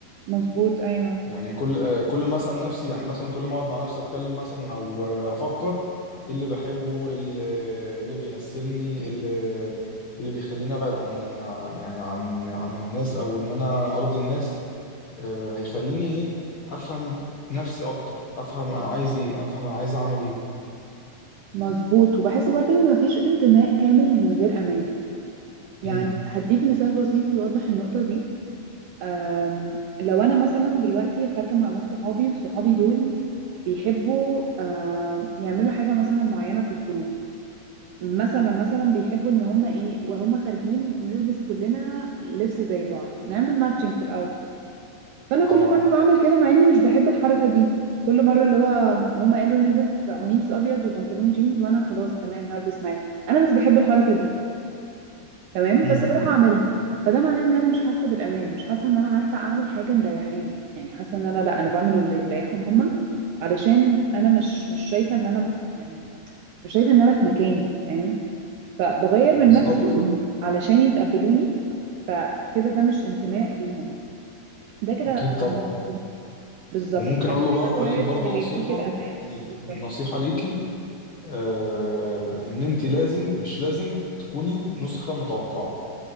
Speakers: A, on the right; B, on the left.
A: مظبوط ايوه
B: يعني كل آه، كل ما اسال نفسي يعني مثلا كل ما اقعد مع نفسي اتكلم مثلا او آه، افكر ايه اللي بحبه ايه اللي إيه اللي بيمثلني إيه اللي إيه اللي بيخليني ابعد عن عن- يعني عن عن الناس او ان انا ارضي الناس آه، هيخليني ايه افهم نفسي اكتر افهم انا عايز ايه افهم انا عايز اعمل ايه
A: مظبوط وبحس برضه ان مفيش انتماء كامل من غير امان يعني
B: امم
A: هديك مثال بسيط يوضح النقطة دي أم، لو انا مثلا دلوقتي خارجه مع ناس صحابي وصحابي دول بيحبوا أم، يعملوا حاجه مثلا معينه في الخروج مثلا مثلا بيحبوا ان هم ايه وهم خارجين نلبس كلنا لبس زي بعض نعمل ماتشنج في الاوتفيت فانا
B: اه
A: كل مره بعمل كده مع اني مش بحب الحركه دي كل مره اللي هو هم قالوا نلبس قميص ابيض وبنطلون جينز وانا خلاص تمام هلبس معاك انا مش بحب الحركه دي تمام
B: امم
A: بس بروح اعملها فده معناه ان انا مش حاسه بالامان مش حاسه ان انا عارفه اعمل حاجه مريحاني يعني حاسه ان انا لا انا بعمل اللي مريحهم هما علشان انا مش مش شايفه ان انا يعني مش شايفه ان انا في مكاني فاهم فبغير من
B: بالظبط
A: نفسي علشان يتقبلوني فكده ده مش انتماء ليهم ده كده
B: اكيد طبعا
A: <laughs> بالظبط
B: وممكن
A: فالكتاب
B: اقول له بر...
A: قريب
B: اقول لك برضه
A: من اللي
B: نصيحه
A: يديك الامان بالظبط
B: نصيحه ليكي آه ان انت لازم مش لازم تكوني نسخة متوقعة